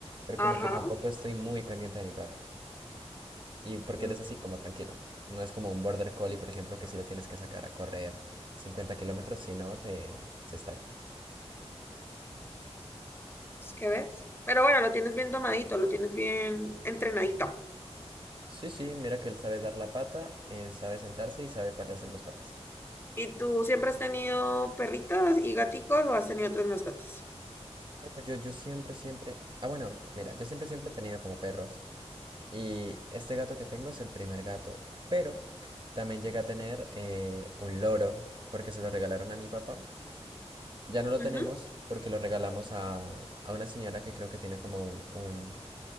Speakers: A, on the right; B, on the left.
A: Pero
B: ajá,
A: como que tampoco estoy muy pendiente de mi perro. Y porque
B: mm,
A: él es así, como tranquilo. No es como un border collie, por ejemplo, que si lo tienes que sacar a correr 50 kilómetros, si no, te se estalla.
B: es ves? Pero bueno, lo tienes bien tomadito, lo tienes bien entrenadito.
A: Sí, sí, mira que él sabe dar la pata, eh, sabe sentarse y sabe pararse en dos patas.
B: ¿Y tú siempre has tenido perritos y gaticos o has tenido otras mascotas?
A: No, yo, yo siempre, siempre. Ah, bueno, mira, yo siempre, siempre he tenido como perros. Y este gato que tengo es el primer gato, pero también llegué a tener eh, un loro porque se lo regalaron a mi papá. Ya no lo
B: Ujú,
A: tenemos porque lo regalamos a, a una señora que creo que tiene como un, un,